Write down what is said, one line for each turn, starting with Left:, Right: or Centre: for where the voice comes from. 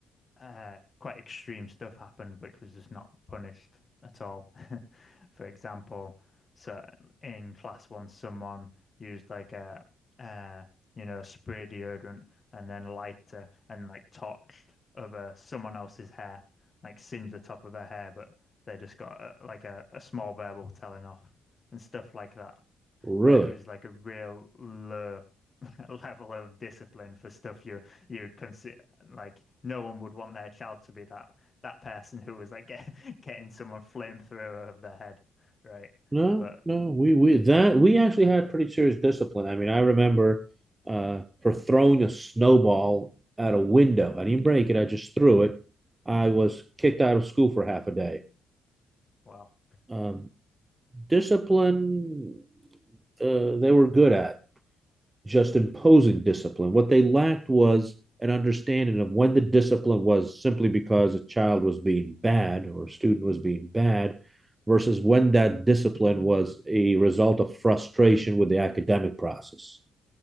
Left: uh, quite extreme stuff happened, which was just not punished at all. <laughs> For example, so in class once someone used like a, uh, you know, spray deodorant and then lighter and like torched over someone else's hair, like singed the top of their hair, but they just got a, like a, a small verbal telling off and stuff like that
Right: really?
Left: where it was like a real low <laughs> level of discipline for stuff you you would consider like no one would want their child to be that that person who was like get, <laughs> getting someone flamethrower over their head, right?
Right: No,
Left: But
Right: no, we we that we actually had pretty serious discipline. I mean, I remember uh, for throwing a snowball at a window. I didn't break it; I just threw it. I was kicked out of school for half a day.
Left: wow,
Right: Um, discipline, uh, they were good at. just imposing discipline. What they lacked was an understanding of when the discipline was simply because a child was being bad or a student was being bad versus when that discipline was a result of frustration with the academic process,